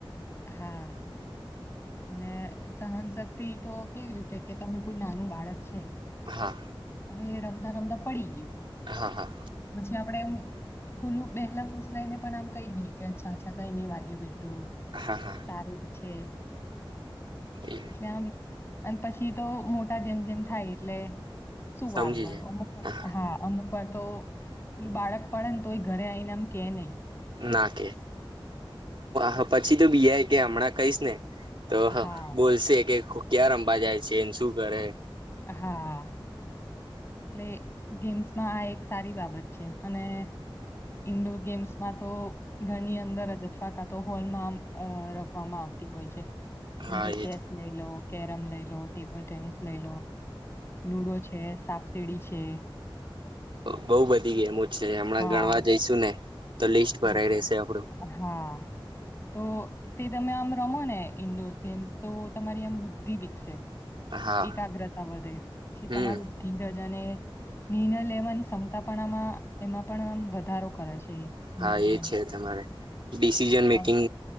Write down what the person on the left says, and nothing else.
હા અને સહનશક્તિ તો કેવી રીતે કે તમે કોઈ નાનું બાળક છે
હવે રમદા રમદા પડી ગયું
પછી આપડે એમ થોડું બેહેલા ફૂસલાઈ ને પણ આમ કહી દઈએ કે અચ્છા અચ્છા કઈ નઈ વાગ્યું બેઠું
સારું જ છે
એટલે આમ અને પછી તો મોટા જેમ જેમ થાય એટલે શું
વાગવાનું
અમુક હા અમુક ઉપ તો પેલું બાળક પડે ને તો ઘરે આવીઈને આમ કે નહીિ
હા
હા એટલે ગેમ્સમાં આ એક સારી બાબત છે અને ઈન્ડોર ગેમ્સમાં તો ઘરની અંદર જ અથવા કા તો હોલમાં રમવામાં આવે હોય છે જેમ
કે ચેસ
લઈ લો કેરમ લઈ લો ટેબલ ટેનિસ લઈ લો લુડો છે સાપ સીડી છે
હા
તો
હા તો તે તમે આમ રમો ને ઇન્ડોર ગેમ્સ તો તમારી આમ બુદ્ધિ વિકસે
એકાગ્રતા વધે પછી
તમારું ધીરજને નિર્ણય લેવાની ક્ષમતાપણામાં એમાં પણ આ વધારો કરે છે ઇન્ડોર
ગેમ્સ.
હા